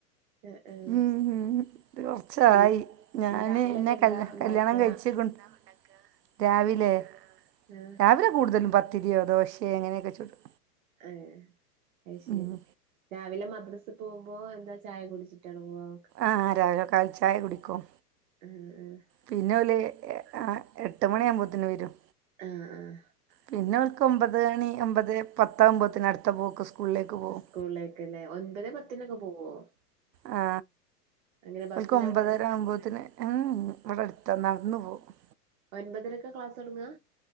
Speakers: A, on the right; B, on the right.
A: ആഹ് ആഹ്
B: മ് മ്. അത് കുറച്ചായി.
A: പി
B: ഞാന്
A: ഇനി രാവിലൊക്കെ
B: എന്നെ
A: എന്താ
B: കൽ
A: ഉണ്ടാക്ക
B: കല്യാണം കഴിച്ച് <unintelligible> രാവിലെ
A: ആഹ
B: രാവിലെ കൂടുതലും പത്തിര്യോ ദോശ്യോങ്ങനെക്കെ ചുടും.
A: ആഹ് അയ് ശരി.
B: ഉം
A: രാവിലെ മദ്രസ പോവുമ്പോ, എന്താ ചായ കുടിച്ചിട്ടാണോ പൂവാ?
B: ആഹ് രാവിലെ കാൽ ചായ കുടിക്കും.
A: ഉം ഉം.
B: പിന്നെ ഓല് എഹ് ആ എട്ട് മണി ആവുമ്പോത്തിന് വരും.
A: ആഹ് ആഹ്.
B: പിന്നെ ഓൾക്ക് ഒമ്പത് മണി ഒമ്പത് പത്താവുമ്പോത്തിനും അടുത്ത പോക്ക് സ് സ്കൂളിലേക്ക് പോവും.
A: സ്കൂളിലേക്കല്ലേ ഒൻപത് പത്തിനൊക്കെ പോവോ
B: ആ
A: എങ്ങനെ ബസ്സിനാ
B: ഓല്ക്ക് ഒമ്പതര
A: പോവല്
B: ആവുമ്പോത്തിന്. ഉം ഇവിടെ അടുത്താ നടന്നു പോവും.
A: ഒൻപതരക്ക ക്ലാസ് തൊടങ്ങ?